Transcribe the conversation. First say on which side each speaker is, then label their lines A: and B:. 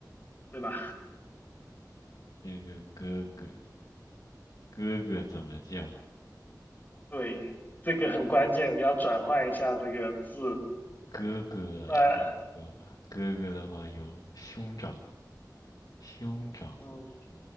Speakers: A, on the left; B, on the left.
A: 对吧？
B: 这个哥哥。哥哥怎么叫？
A: 对，这个很关键，你要转换一下这个字，
B: 哥哥有什么叫法？
A: 不然
B: 哥哥的话有兄长，兄长，
A: 嗯